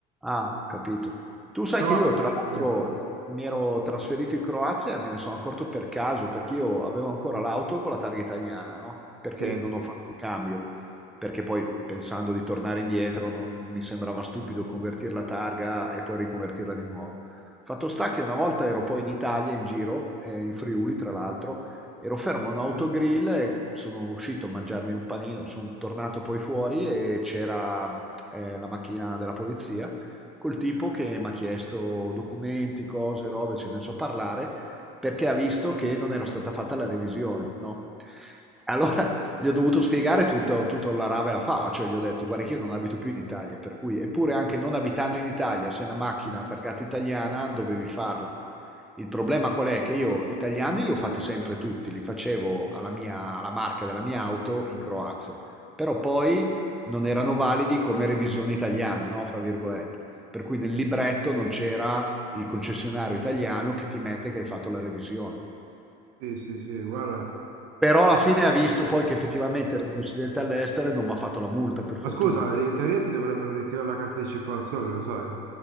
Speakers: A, in the centre; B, on the right.
A: Ah, capito. Tu sai
B: Però,
A: che io, tra l'altro,
B: eh,
A: mi ero trasferito in Croazia e me ne sono accorto per caso, perché io avevo ancora l'auto con la targa italiana, no? Perché
B: sì,
A: non ho fatto il cambio, perché poi pensando di tornare indietro non mi sembrava stupido convertire la targa e poi riconvertirla di nuovo. Fatto sta che una volta ero poi in Italia, in giro, eh, in Friuli, tra l'altro, ero fermo a un autogrill e sono uscito a mangiarmi un panino, sono tornato poi fuori e c'era eh, la macchina della polizia col tipo che mi ha chiesto documenti, cose, robe, ce ne so parlare, perché ha visto che non era stata fatta la revisione, no? Allora gli ho dovuto spiegare tutto, tutto la rave la fava, cioè gli ho detto guarda che io non abito più in Italia, per cui eppure anche non abitando in Italia, se è una macchina targata italiana dovevi farla. Il problema qual è? Che io italiani li ho fatti sempre tutti, li facevo alla mia, alla marca della mia auto in Croazia, però poi non erano validi come revisione italiana, no? Fra virgolette. Per cui nel libretto non c'era il concessionario italiano che ti mette che hai fatto la revisione.
B: sì, sì, sì, guarda.
A: Però alla fine ha visto poi che effettivamente ero un residente all'estero e non mi ha fatto la multa, per fortuna.
B: Ma scusa, in teoria ti dovrebbero ritirare la carta di circolazione, lo sai?